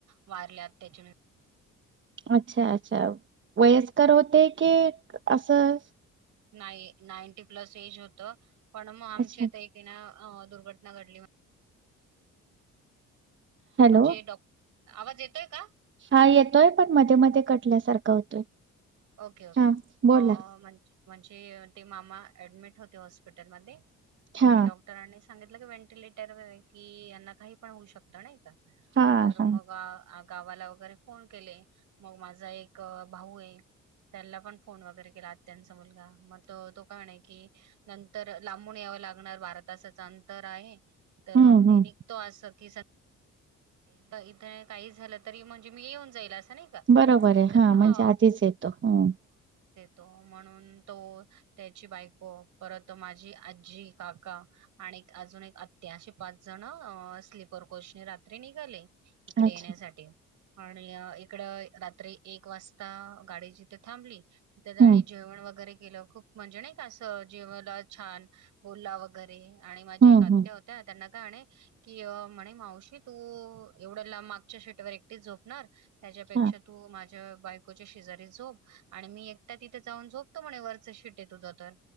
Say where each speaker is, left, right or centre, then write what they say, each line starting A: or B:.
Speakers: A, on the right (about 75°); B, on the right (about 40°).
A: वारल्यात त्याच्या
B: अच्छा, अच्छा, वयस्कर होते, की असंच?
A: नाही, नाईंटी प्लस एज होतं. पण, मग आमचे
B: अच्छा
A: ते एक ना अं दुर्घटना घडली.
B: हॅलो
A: म्हणजे डॉ. आवाज येतोय का?
B: हा येतोय पण मध्ये-मध्ये कटल्यासारखा होतोय.
A: ओके-ओके
B: हा
A: अ
B: बोला
A: म्हणजे म्हणजे ते मामा ऍडमिट होते हॉस्पिटलमध्ये
B: हा
A: आणि डॉक्टरांनी सांगितलं का व्हेंटिलेटर वर कि यांना काही पण होऊ शकतं नाही का?
B: हा
A: तर
B: हा
A: मग आ -आ गावाला वगैरे फोन केले मग माझा एक भाऊ हे त्यांला पण फोन वगैरे केला आत्यांचा मुलगा मग तो - तो काय म्हणे की नंतर लांबून यावं लागणार बारा तासाच अंतर आहे. तर
B: हम्म
A: मी
B: हम्म
A: निघतो अस की सं एकदा इथं काही झालं तरी म्हणजे मी येऊन जाईल असं नाही का
B: बरोबरे
A: तर
B: हां
A: हा
B: म्हणजे आधीच येतो हं.
A: तो म्हणून तो त्याची बायको परत माझी आजी काका आणिक अजून एक आत्या अशी पाच जण स्लीपर कोचने रात त्री निघाले. इकडे
B: अच्छा
A: येण्यासाठी आणि इकडं रात्री एक वाजता गाडी जिथं थांबली तर आणि
B: हम्म
A: जेवण वगैरे गेलं खूप म्हणजे नाही का असं? जेवला छान बोलला वगैरे आणि माझ्या
B: हम्म
A: एक आत्या
B: हम्म
A: होत्या त्यांना का म्हणे कि म्हणे मावशी तू एवढं ला मागच्या शीटवर एकटीच झोपणार त्याच्यापेक्षा
B: हा
A: तू माझ अं बायकोच्या शेजारी झोप आणि मी एकटा तिथे जाऊन झोपतो म्हणे वरचं शीट आहे तुझं तर.